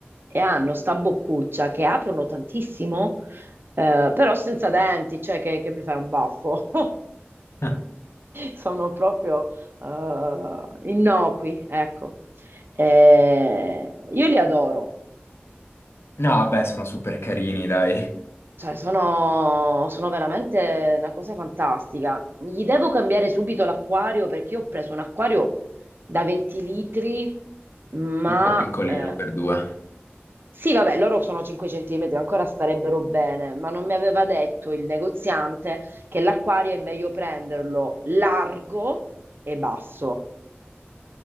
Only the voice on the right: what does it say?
E hanno sta boccuccia che aprono tantissimo, eh, però senza denti, cioè che, che mi fai un baffo. <laughs>
Sono proprio eh, innocui, ecco. Eh, io li adoro.
Cioè, sono, sono veramente una cosa fantastica. Gli devo cambiare subito l'acquario perché io ho preso un acquario da 20 litri, ma
eh,
sì, vabbè, loro sono 5 centimetri, ancora starebbero bene, ma non mi aveva detto il negoziante che l'acquario è meglio prenderlo largo e basso.